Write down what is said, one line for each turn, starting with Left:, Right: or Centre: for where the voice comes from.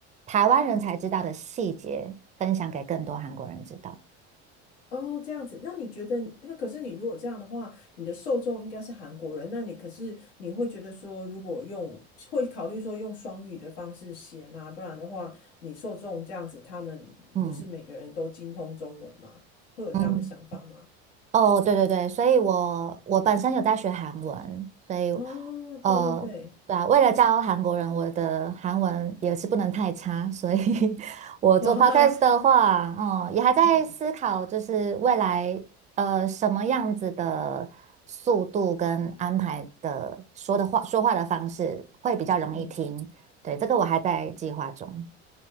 Right: 台湾人才知道的细节分享给更多韩国人知道。
Left: 哦，这样子，那你觉得那可是你如果这样的话，你的受众应该是韩国人，那你可是你会觉得说，如果用会考虑说用双语的方式写吗？不然的话，你受众这样子，他们不是每个人都精通中文吗？
Right: 嗯
Left: 会有这样的想法吗？
Right: 嗯。哦，对对对，所以我我本身有在学韩文，所以
Left: 哦，
Right: 呃，
Left: 对对对，
Right: 对啊，为了教韩国人，我的韩文也是不能太差，所以 <laughs> 我做
Left: 哇，
Right: podcast 的话，嗯，也还在思考，
Left: 嗯
Right: 就是未来呃什么样子的速度跟安排的说的话说话的方式会比较容易听，
Left: 嗯，
Right: 对，这个我还在计划中。